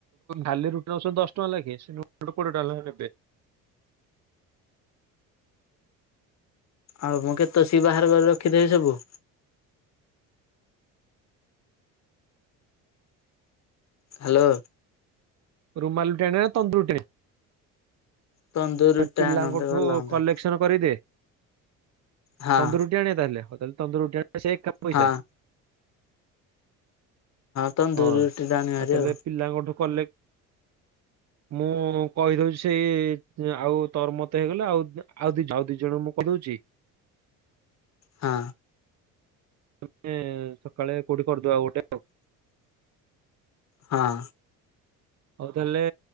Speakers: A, on the right; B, on the left.
A: ଖାଲି ରୁଟି ନଉଛନ୍ତି ଦଶ ଟଙ୍କା ଲେଖେ ସେ କୋଡିଏ ଟଙ୍କା ଲେଖେ ନେବେ।
B: ଆଉ ମୁଁ କେତେ ସିଏ ବାହାରେ ବାହାରୁ ରଖିଥିବେ ସବୁ। ହାଲୋ।
A: ରୁମାଲୁ ରୁଟି ଆଣିବା ନା ତନ୍ଦୁରି ରୁଟି।
B: ତନ୍ଦୁର ରୁଟିଟା
A: ସେ ପିଲାଙ୍କଠୁ
B: ଆଣନ୍ତେ ଭଲ ହୁଅନ୍ତା।
A: କଲେକ୍ସନ। କରିଦେ
B: ହଁ
A: ତନ୍ଦୁର ରୁଟି ଆଣିବା ତାହେଲେ ହଉ ତାହେଲେ ତନ୍ଦୁର ରୁଟି ଆଣିବା ସେଇ ଏକା ପଇସା।
B: ହଁ ତନ୍ଦୁର
A: ହଁ ଆଉ
B: ରୁଟିଟା ଆଣିବା ହାରି
A: ତାହେଲେ
B: ଆଉ
A: ପିଲାଙ୍କଠୁ କଲେ ମୁଁ କହିଦଉଛି ସେଇ। ଯେ ଆଉ ତୋର ତ ହେଇଗଲେ ଆଉ ଦି ଆଉ ଦି ଜଣଙ୍କୁ ମୁଁ କହି ଦଉଛି।
B: ହଁ
A: ଆମେ ସକାଳେ କୋଉଠି କରିଦବା ଗୋଟେ।
B: ହଁ।
A: ହଉ ତାହେଲେ